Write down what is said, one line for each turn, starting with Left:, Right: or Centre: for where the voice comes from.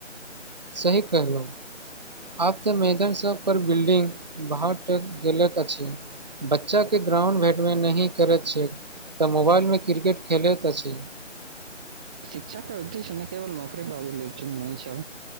Right: सही कहलहु आब तऽ मैदान सभ पर बिल्डिंग भाव टक गेलक अछि बच्चा के ग्राउंड भेटबे नी करैत छै तऽ मोबाइलमे क्रिकेट खेलैत अछि
Centre: शिक्षा क उद्देश्य ने केवल नौकरी पाबि लेल न छै